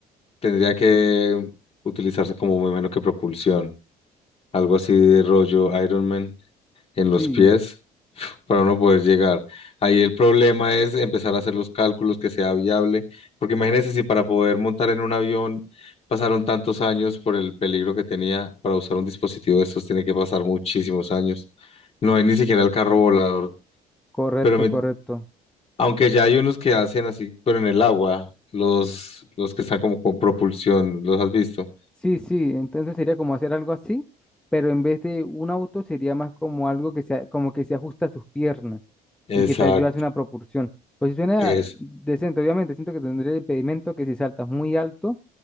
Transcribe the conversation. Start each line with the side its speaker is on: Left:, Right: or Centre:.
Left: tendría que utilizarse como me imagino que propulsión, algo así de rollo Iron Man en
Centre: Sí.
Left: los pies <laughs> para uno poder llegar. Ahí el problema es empezar a hacer los cálculos que sea viable, porque imagínense si para poder montar en un avión pasaron tantos años por el peligro que tenía, para usar un dispositivo de estos tiene que pasar muchísimos años. No hay ni siquiera el carro volador.
Centre: Correcto,
Left: Pero me,
Centre: correcto.
Left: Aunque ya hay unos que hacen así, pero en el agua, los, los que están como con propulsión, ¿los has visto?
Centre: Sí, sí, entonces sería como hacer algo así, pero en vez de un auto sería más como algo que se, como que se ajusta a sus piernas
Left: Exacto,
Centre: y que te ayuda a hacer una propulsión. Pues suena
Left: es
Centre: decente, obviamente, siento que tendría el impedimento que si saltas muy alto